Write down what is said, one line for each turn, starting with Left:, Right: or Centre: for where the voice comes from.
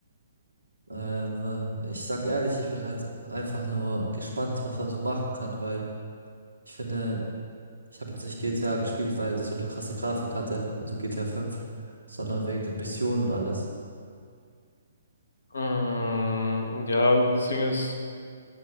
Right: ähm, äh, ich sag ehrlich, ich bin halt einfach nur gespannt, was man so machen kann, weil ich finde, ich habe jetzt nicht GTA gespielt, weil das so eine krasse Grafik hatte, also GTA fünf sondern wegen den Missionen und alles.
Left: Mm, ja, aber deswegen ist,